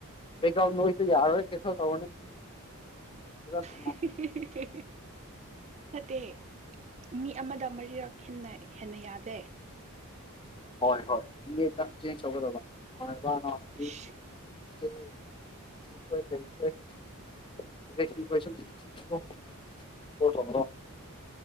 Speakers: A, on the left; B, on the right.
A: ꯕꯦꯛꯒꯔꯥꯎꯟ ꯅꯣꯏꯁꯇꯨ ꯌꯥꯔꯔꯣꯏ ꯀꯦꯟꯁꯦꯜ ꯇꯧꯔꯅꯤ ꯐꯖꯅ ꯊꯝꯃꯣ
B: ꯍꯤ ꯍꯤ ꯍꯤ ꯅꯠꯇꯦ ꯃꯤ ꯑꯃꯗ ꯃꯔꯤꯔꯛ ꯍꯦꯟꯅ ꯍꯦꯟꯅ ꯌꯥꯗꯦ
A: ꯍꯣꯏ ꯍꯣꯏ <unintelligible>
B: ꯏꯁ
A: <unintelligible> <unintelligible> <unintelligible> <inaudible> <inaudible>